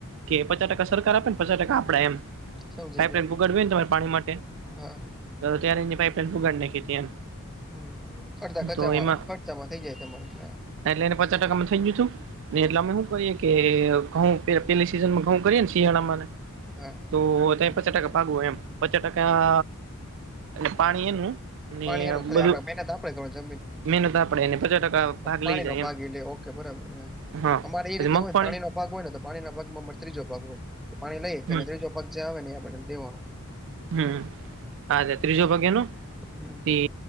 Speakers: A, on the right (about 60°); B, in the centre.
A: કે પચાસ ટકા સરકાર આપે પચાસ ટકા આપડે એમ,
B: સમજી
A: પાઈપલાઈન
B: ગયો
A: પોગાડવી હોય ને તમારે પાણી માટે
B: હા
A: તો ત્યારે એમની પાઇપલાઇન પોગાડી નાખી હતી એમ.
B: હમ અડધા ખર્ચામાં
A: તો એમાં,
B: ખર્ચામાં થઇ જાય તમારે એટલે હા
A: એટલે એને પચા ટકા મળ હું કીધું નઈ
B: હમ
A: એટલે અમે હું કરીએ કે ઘઉ પેલી સિઝનમાં ઘવ કરીએ ને શિયાળામાંને
B: હા.
A: તો અત્યારે પચા ટકા પાકુ હોય એમ પચા ટકા એટલે પાણી એનું ને
B: પાણી એનું ખાલી
A: બધું
B: આપડે મહેનત આપડે કરવાની
A: મહેનત આપડે એને પચા ટકા ભાગ
B: પાણી
A: લઈ જાય
B: નો ભાગ
A: એમ
B: એટલે ઓકે બરાબર હે હ
A: હા
B: અમારે એ
A: પછી
B: રીતે
A: મગફળી
B: હોય પાણીનો ભાગ હોય ને તો પાણીના ભાગમા અમારે ત્રીજો ભાગ હોય એટલે પાણી લઈએ
A: હમ
B: એને ત્રીજો ભાગ જે હોય એ આપણે દેવાનો
A: હમ્મ હાલે ત્રીજો ભાગ એનો
B: હમ્મ.
A: કે